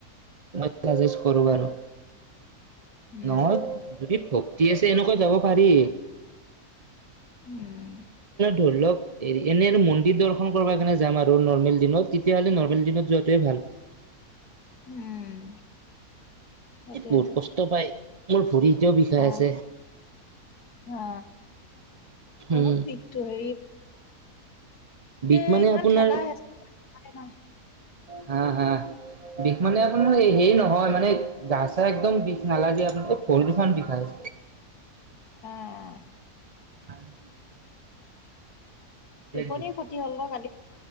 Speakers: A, on the right (about 35°); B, on the left (about 80°).
A: মইাজেষ্ট কৰো বাৰু
B: উম,
A: নহয় যদি থোক আছে এনেকৈ যাব পাৰি
B: উম,
A: ধৰল এ এনেই আৰু মন্দিৰ দৰ্শন কৰ কাৰণে যাম আৰু নৰ্মেল দিনত তেতিয়াহ'লে নৰ্মেল দিনত যোৱাটোৱে ভাল
B: উম, সেইটোৱেটো
A: এই মোৰ কষ্ট পায় মোৰ ভৰি কেতিয়া বিষাই
B: অ'।
A: আছে
B: অ বহুত
A: উ
B: বিষটো হেৰি
A: বিক
B: এ
A: মানে
B: ইমান
A: আপোনাৰ
B: ঠেলা হেচা ন
A: হা হা বিষ মানে আপোনাৰ হেৰি নহয় মানে গা চা একদম বিষ নালাগে আপোনাক পৰিদূষণ বিষায়
B: উম,
A: হয়,
B: টোপনি
A: বিষ
B: ক্ষতি হল ন কালি?